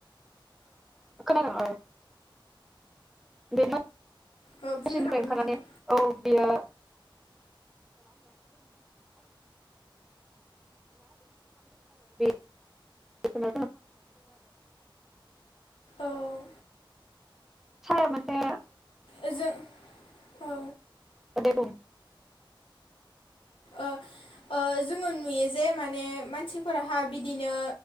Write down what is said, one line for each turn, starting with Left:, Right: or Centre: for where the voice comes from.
Centre: खोनादों ओ? बेनो
Left: औ बुंनो
Centre: ससेनिफ्राय
Left: हागोन
Centre: ओंखारनानै
Left: नोंथाङा
Centre: औ बियो <inaudible> <inaudible> औ।
Left: औ
Centre: साया मोनसे
Left: ओ जों औ।
Centre: दे बुं
Left: ओ ओ जोङो नुयो जे माने मानसिफोराहा बिदिनो